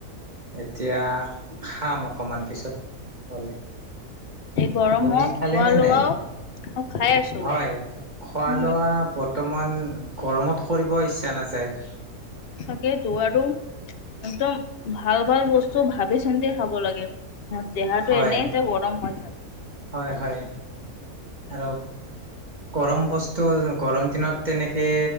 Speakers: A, on the right (about 30°); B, on the left (about 50°).
A: এতিয়া খাম, অকণমান পিছত হ'লে।
B: এই গৰমত
A: আপুনি খালে
B: খোৱা
A: নে
B: লোৱাও
A: নাই?
B: অ খাই আছো
A: হয়, খোৱা
B: উম
A: লোৱা ব বৰ্তমান গৰমত কৰিব ইচ্ছা নাযায়।
B: তাকেইটো, আৰু একদম ভাল ভাল বস্তু ভাবি চিন্তি খাব লাগে। দেহাটো
A: হয়,
B: এনেই যে গৰম হয়।
A: হয় হয় আৰু গৰম বস্তু গৰম দিনত তেনেকে